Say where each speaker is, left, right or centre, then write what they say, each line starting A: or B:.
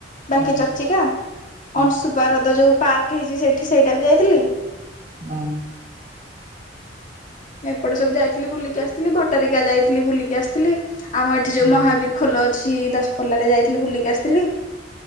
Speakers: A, on the left; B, on the right.
A: ବାଙ୍କି
B: ହୁଁ
A: ଚର୍ଚିକା।
B: ହୁଁ।
A: ଅଂଶୁ ପାରଦ ଯୋଉ ପାର୍କ ହେଇଛି ସେଠି ସେଇଟା ବି ଯାଇଥିଲି।
B: ଉଁ।
A: ଏପଟେ ସବୁ ଯାଇଥିଲି ବୁଲିକି ଆସିଥିଲି ଭଟାରିକା ଯାଇଥିଲି ବୁଲିକି ଆସିଥିଲି ଆମ ଏଠି ଯୋଉ
B: ହୁଁ
A: ମହାବୀର୍ ଖୋଲ ଅଛି ଦଶପଲ୍ଲା ରେ ଯାଇଥିଲି ବୁଲିକି ଆସିଥିଲି,